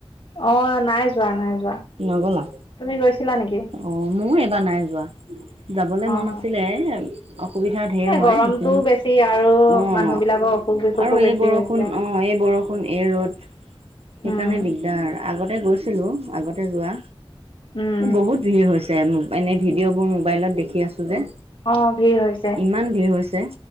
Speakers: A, on the left; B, on the right.
A: অ নাই যোৱা নাই যোৱা
B: নগলা
A: তুমি গৈছিলা নেকি?
B: অ মই কিব নাই যোৱা যাবলৈ
A: অ'
B: মন আছিলে এ অসুবিধা ধঢেৰ
A: এই
B: হয়
A: গৰমটোও
B: সেইখিনি
A: বেছি আৰু
B: অঁ
A: মানুহ বিলাকৰ অসুখ বিসুখো
B: আৰু এই
A: বেছি
B: বৰষুণ
A: হৈছে।
B: অঁ এই বৰষুণ এই ৰ'দ সেইকাৰণে
A: উম,
B: দিগদাৰ আগত গতে গৈছিলো আগতে যোৱা
A: উম,
B: এই বহুত ভিৰ হৈছিল যে এনে ভিডিঅ'বোৰ মোবাইলত দেখি আছোঁ যে
A: অ', ভিৰ হৈছে।
B: ইমান ভিৰ হৈছে